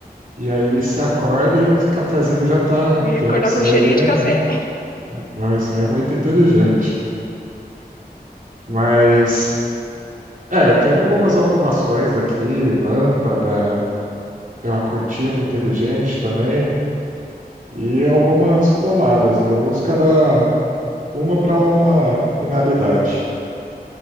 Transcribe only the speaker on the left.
acordar
com
cheirinho
de café.